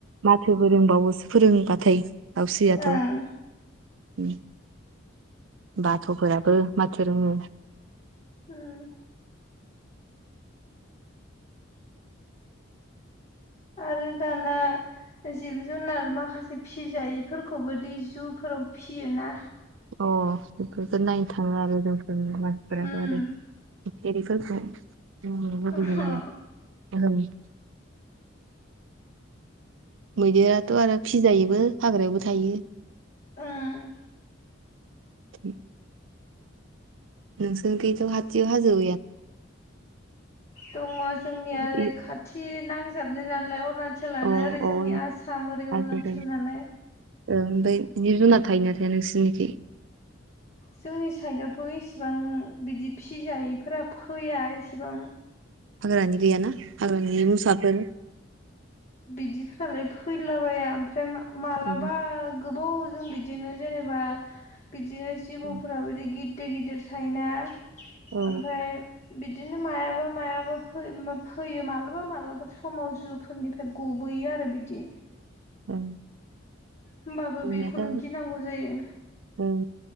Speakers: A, on the right; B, on the left.
A: माथोबो रोंबावोसो फोरोंबाथाय दाउस्रियाथ'।
B: ओं
A: बाथ'फोराबो माथो रोङो
B: उम आरो दाना- जिब जुनार माखासे फिजायैफोरखौबो दै जुफोराव फिसियोना
A: अ बेफोरफोरखौ नायनो थाङो आरो जोंफोर मानसिफोराबो
B: ओम
A: आरो फेरिफोरखौ लु-लुबैयो
B: ओम
A: नालाय। मोजां। मैदेराथ' आरो फिजायोबो हाग्रायावबो थायो
B: ओं
A: <inaudible> नोंसोर गैयैथ' हथियाव हाजो
B: दङ जोंनिया
A: अ
B: ओरै खाथि नांजाबनाय नालाय अर- अरुणचलानो
A: अ
B: ओरै जोंनि आसाम ओरै
A: हाजो
B: अरुणाचल
A: जायो
B: नालाय
A: ओमफ्राय जिब जुन थायो ना थाया नोंसोरनिख
B: जोंनि साइदआवथ' इसेबां बिदि फिसिजायैफोरा फैया इसेबां-
A: हाग्रानि गैया ना हाग्रानि गैया मोसाफोर
B: बिदिफ्रालाय फैलाबाया ओमफ्राय मा-मालाबा-
A: औ
B: गोबाव जों बिदिनो जेनेबा बिदिनो जिबौफोराब
A: औ
B: बिदि गिद गिदिर-गिदिर सायोना
A: ओ
B: ओमफ्राय- बिदिनो मायाबा-मायाबा फैयो माब फैयो मालाबा-मालाबा समाव जुफोरनिफा- ओमफाय गबोयो आरो बिदि।
A: ओं
B: होमबाबो
A: जोंनियाथ'
B: बेखौनो गिनांगौ जायो।
A: ओं